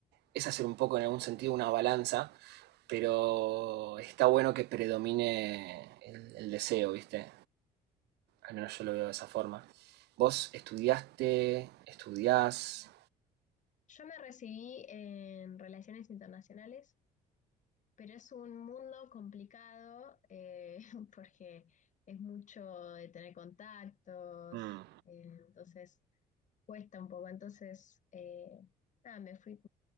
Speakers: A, on the right (about 80°); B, on the left (about 45°).
A: es hacer un poco en algún sentido una balanza, pero está bueno que predomine el, el deseo, ¿viste? Al menos yo lo veo de esa forma. Vos estudiaste, estudiás.
B: Yo me recibí en relaciones internacionales, pero es un mundo complicado eh, <laughs> porque es mucho de tener contactos,
A: Mm,
B: eh, entonces cuesta un poco. Entonces, eh, nada, me fui